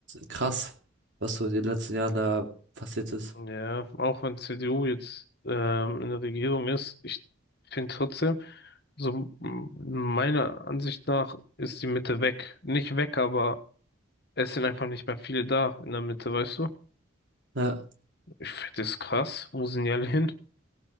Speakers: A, on the right; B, on the left.
A: krass, was so in den letzten Jahren da passiert ist.
B: Ja, auch wenn CDU jetzt ähm, in der Regierung ist, ich finde trotzdem, so m- meiner Ansicht nach ist die Mitte weg. Nicht weg, aber es sind einfach nicht mehr viele da in der Mitte, weißt du?
A: Ja,
B: Ich finde das krass. Wo sind die alle hin?